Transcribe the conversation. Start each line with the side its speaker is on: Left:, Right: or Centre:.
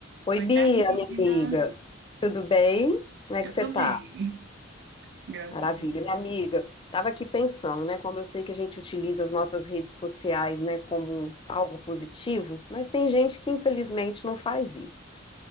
Left: Oi,
Right: Oi,
Left: Bia,
Right: Carolina.
Left: minha amiga. Tudo bem? Como
Right: Eu
Left: é que você
Right: tô
Left: tá?
Right: bem, <laughs> graças
Left: Maravilha,
Right: a Deus.
Left: minha amiga. Tava aqui pensando, né, como eu sei que a gente utiliza as nossas redes sociais, né, como algo positivo, mas tem gente que infelizmente não faz isso.